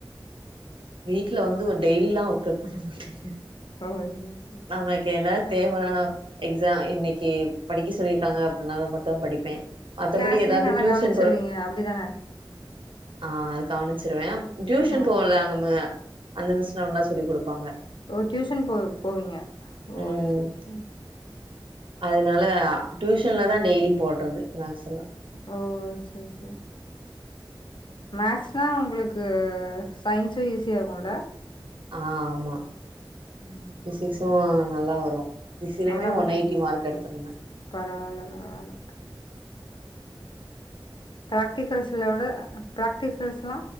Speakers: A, on the right; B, on the left.
A: வீட்டுல வந்து ஒரு டெய்லிலாம் ஒர்க் அவுட் பண்ண மாட்டீங்க
B: ஓ சரி சரி
A: நமக்கு எதாச்சு தேவைனா எக்ஸாம் இன்னைக்கு படிக்க சொல்லிருக்காங்க அப்டின்னா மட்டும் படிப்பேன் மத்தபடி
B: கிளாஸ்லயும்
A: ஏதாவது
B: நல்லா
A: டியூசன்
B: கவனிச்சிருவீங்க
A: போற
B: அப்டிதான?
A: ஆ அது கவனிச்சிருவேன் டியூஷன்
B: ஆ
A: போவல அங்க ம அந்த மிஸ் நல்லா சொல்லி் கொடுப்பாங்க
B: ஓ டியூஷன் போ போவீங்க ஓ
A: ம்
B: செரி செரி
A: அதனால டியூஷன்ல தான் டெய்லி போடுறது மேக்ஸ் எல்லாம்
B: ஓ செரி செரி மேக்ஸ் நா உங்களுக்கு சயின்ஸும் ஈஸிய இருகுல
A: ஆ ஆமா
B: ம்
A: பிசிக்ஸும் நல்லா வரும் <unintelligible>
B: நல்லா
A: யுமே
B: வருமா?
A: ஒன் எயிட்டி மார்க் எடுத்துருந்தே
B: பரவால்ல பரவால்ல ப்ராக்டிகல்ஸலா விட ப்ராக்டிகல்ஸ்லா